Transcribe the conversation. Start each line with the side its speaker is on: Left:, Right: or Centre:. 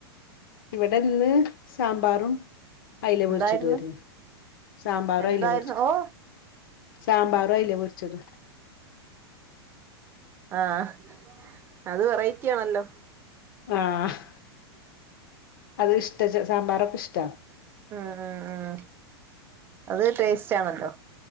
Left: ഇവിടെന്ന് സാമ്പാറും. അയ്ല പൊരിച്ചിട്ട്
Right: എന്തായിരുന്നു
Left: വര്ന്ന്. സാമ്പാറും
Right: എന്തായിരുന്നു
Left: അയ്ലിം ര്ച്ച്.
Right: ഓ
Left: സാമ്പാറു അയ്‌ല പൊര് ച്ചതു.
Right: ആഹ്. അത് വെറൈറ്റി ആണല്ലോ.
Left: ആ. ഹ്. അത് ഇഷ്ട സാമ്പാറൊക്കെ ഇഷ്ട്ടാ.
Right: ആ ആ ആ. അത് ടേസ്റ്റ് ആണല്ലോ.